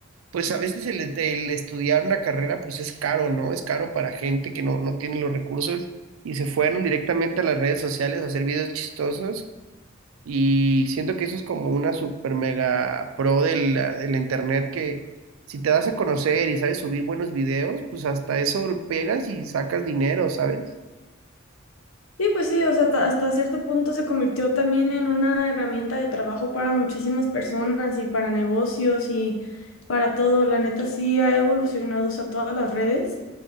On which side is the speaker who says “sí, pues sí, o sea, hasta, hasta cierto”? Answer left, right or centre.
Left